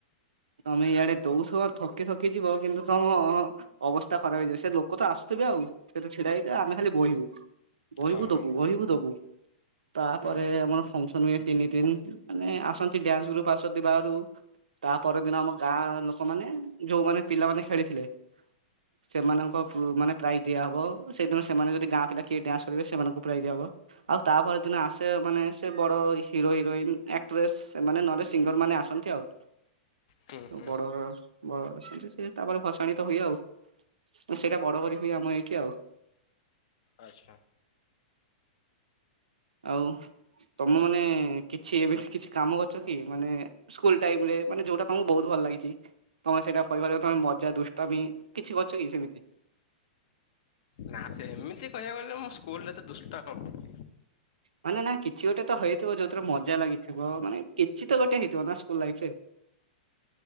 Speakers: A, on the right; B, on the left.
A: ତମେ ଇଆଡେ ଦଉଛ ଥକି ଥକି ଯିବ କିନ୍ତୁ ତମ ଅ ଅବସ୍ଥା ଖରାପ ହେଇଯାଏ ସେ ଲୋକ ତ ଆସୁଥିବେ ଆଉ। ସେ ତ ଛିଡା ହେଇଥେ ଆମେ ଖାଲି ବହିବୁ ବହିିବୁ
B: ହଁ
A: ଦବୁ ବହିିବୁ ଦବୁ। ତାପରେ ଆମର ଫଙ୍କସନ ହୁଏ ତିନି ଦିନ ମାନେ ଆସନ୍ତି ଡ୍ୟାନ୍ସ ଗ୍ରୁପ୍ ଆସନ୍ତି ବାହାରୁ। ତା ପର ଦିନ ଆମ ଗାଁ ଲୋକମାନେ ଯୋଉମାନେ। ପିଲାମାନେ ଖେଳିଥିଲେ ସେମାନଙ୍କ ପୁ ମାନେ ପ୍ରାଇଜ ଦିଆହବ। ସେଦିନ ସେମାନେ ଯଦି ଗାଁ ପିଲା କିଏ ଡ୍ୟାନ୍ସ କରିବେ ସେମାନଙ୍କୁ ପ୍ରାଇ ଦିଆ ହବ ଆଉ ତାପରେ ଦିନ ଆସେ ମାନେ ସେ ବଡ଼ ହିରୋ ହିରୋଇନ ଆକ୍ଟ୍ରେସ୍ ସେମାନେ ନହେଲେ ସିଙ୍ଗର ମାନେ ଆସନ୍ତି ଆଉ।
B: ହୁଁ ହୁଁ
A: ବଡ଼। ବ ସେମିତି ସେ ତାପରେ ଭସାଣି ତ ହୁଏ ଆଉ ସେଇଟା ବଡ କରି ହୁଏ ଆମ ହେଇକି ଆଉ।
B: ଆଚ୍ଛା।
A: ଆଉ ତମ ମାନେ କିଛି ଏମିତି କିଛି କାମ କରିଛ କି ମାନେ। ସ୍କୁଲ ଟାଇମ ରେ ମାନେ ଯୋଉଟା ତମକୁ ବହୁତ ଭଲ ଲାଗିଚି। ତମେ ସେଇଟା କହିପାରିବ ତମେ ମଜା ଦୁଷ୍ଟାମୀ କିଛି କରିଛ କି ସେମିତି।
B: ନା ସେମିତି କହିବାକୁ ଗଲେ ମୁଁ ସ୍କୁଲରେ ତ ଦୁଷ୍ଟା ନ ହଉଥିଲି।
A: ମାନେ ନା କିଛି ଗୋଟେ ତ ହେଇଥିବ ଯୋଉଥିରେ ମଜା ଲାଗିଥିବ ମାନେ କିଛି ତ ଗୋଟେ ହେଇଥିବ ନା ସ୍କୁଲ ଲାଇଫ ରେ।